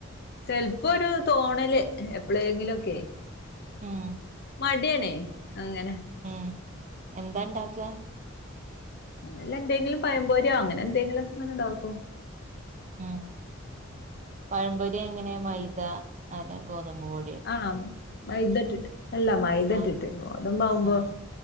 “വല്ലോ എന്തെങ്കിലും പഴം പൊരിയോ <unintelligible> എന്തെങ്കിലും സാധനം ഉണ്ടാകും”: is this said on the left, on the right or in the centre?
Left